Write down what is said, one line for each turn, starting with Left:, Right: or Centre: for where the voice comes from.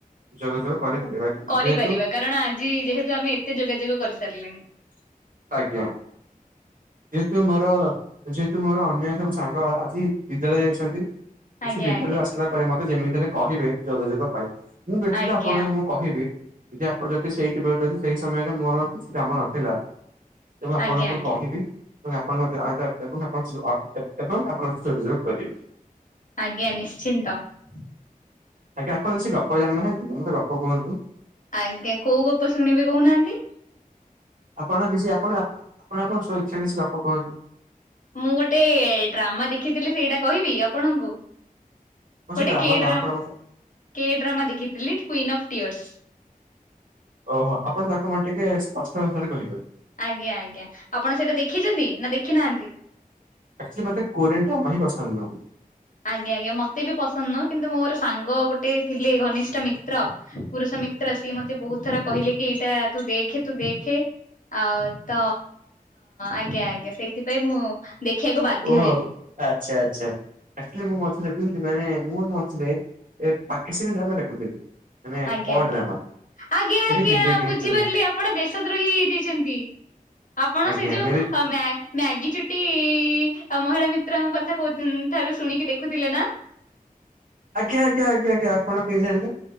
Right: ଯୋଗାଯୋଗ କରିପାରିବା
Left: କରିପାରିବା,
Right: ଯେହେତୁ
Left: କାରଣ ଆଜି ଯେହେତୁ ଆମେ ଏତେ ଯୋଗାଯୋଗ କରିସାରିଲେଣି ।
Right: ଆଜ୍ଞା, ଯେହତୁ ମୋର ଯେହେତୁ ମୋର ଅନ୍ୟ ସବୁ ସାଙ୍ଗ ଆଜି ବିଦ୍ୟାଳୟ ଯାଇଛନ୍ତି, କି
Left: ଆଜ୍ଞା
Right: ସେ ବିଦ୍ୟାଳୟରୁ
Left: ଆଜ୍ଞା
Right: ଆସିଲା ପରେ ମତେ ଯେମିତିଲେ କହିବେ ଯୋଗାଯୋଗ ପାଇଁ, ମୁଁ ବ୍ୟତୀତ
Left: ଆଜ୍ଞା
Right: ଆପଣଙ୍କୁ ମୁଁ କହିବି ଯଦି ଆପଣ ଯଦି ସେଇଠି ଯଦି ସେଇ ସମୟରେ ମୋର କିଛି କାମ ନଥିଲା ତ ମୁଁ ଆପଣଙ୍କୁ
Left: ଆଜ୍ଞା ଆଜ୍ଞା
Right: କହିବି । ଏବଂ ଆପଣଙ୍କ ମ ଆପଣ ଏବଂ ଆପଣଙ୍କଯୋଗ କରିବେ ।
Left: ଆଜ୍ଞା ନିଶ୍ଚିନ୍ତ ।
Right: ଆଜ୍ଞା, ଆପଣ କିଛି ଗପ ଜାଣିନାହାନ୍ତି, ମୋତେ ଗପ କୁହନ୍ତୁ।
Left: ଆଜ୍ଞା କୋଉ ଗପ ଶୁଣିବେ କହୁନାହାନ୍ତି?
Right: ଆପଣ କିଛି ଆପଣ ଆପଣ ଆପଣ ସଇଚ୍ଛା ରେ କିଛି ଗପ କୁହନ୍ତୁ ।
Left: ମୁଁ ଗୋଟେ ଡ୍ରାମା ଦେଖିଥିଲି ସେଇଟା କହିବି, ଆପଣଙ୍କୁ
Right: କଣ ସେ
Left: ଗୋଟେ
Right: ଡ୍ରାମା
Left: କେ
Right: ନାଁ
Left: ଡ୍ରାମ
Right: କଣ ମତେ
Left: କେଡ୍ରାମା ଦେଖିଥିଲି କୁଇନ୍ ଅଫ୍ ଟିଅର୍ସ
Right: ଓହୋ, ଆପଣ ତାକୁ ମତେ ଟିକେ ସ୍ପଷ୍ଟ ଭାଷାରେ କହିବେ ।
Left: ଆଜ୍ଞା, ଆଜ୍ଞା, ଆପଣ ସେଇଟା ଦେଖିଛନ୍ତି ନା ଦେଖି ନାହାନ୍ତି ।
Right: ଆକଚଲି ମତେ କୋରିୟନ ଡ୍ରାମା ହିଁ ପସନ୍ଦ ନୁହଁ
Left: ଆଜ୍ଞା, ଆଜ୍ଞା, ମତେ ବି ପସନ୍ଦ ନୁହଁ କିନ୍ତୁ ମୋର ସାଙ୍ଗ ଗୋଟେ ଥିଲେ ଘନିଷ୍ଠ ମିତ୍ର ପୁରୁଷ ମିତ୍ର ସିଏ ମତେ ବହୁତ ଥର କହିଲେ କି -ଏଇଟା ତୁ ଦେଖେ, ତୁ ଦେଖେ ଆଉ ତ ଆଜ୍ଞା ଆଜ୍ଞା ସେଇଥିପାଇଁ ମୁଁ ଦେଖିବାକୁ ବାଧ୍ୟ
Right: ଓହୋ
Left: ହେଲି
Right: ଆଚ୍ଛା ଆଚ୍ଛା ଆକଚଲି ମୁଁ ମ୍ ଥିଲ ମାନେ ମୁଁ ମଝିରେ ଏ ପାକିସ୍ନୀ ଡ୍ରାମା ଦେଖୁଥିଲି । ନା
Left: ଆଜ୍ଞା
Right: ପଡ
Left: ଆଜ୍ଞା
Right: ଡ୍ରାମା
Left: ଆଜ୍ଞା, ଆଜ୍ଞା,
Right: ଜିନ୍ଦଗି
Left: ବୁଝିପାରିଲି
Right: ତୁ
Left: ଆପଣ ଦେଶ ଦ୍ରୋହୀ ହେଇଯାଇଛନ୍ତି । ଆପଣ
Right: ଆଜ୍ଞା
Left: ସେ ଯୋଉ
Right: ମେରି
Left: ମେ ମ୍ୟାଗି ଚୁଟି ଆଉ ମହିଳା ମିତ୍ରଙ୍କ କଥା କହୁ ଠାରୁ ଶୁଣିକି ଦେଖୁଥିଲେ ନା
Right: ଆଜ୍ଞା ଆଜ୍ଞା ଆଜ୍ଞା ଆଜ୍ଞା ଆପଣ କେମିତି ଜାଣିଲେ?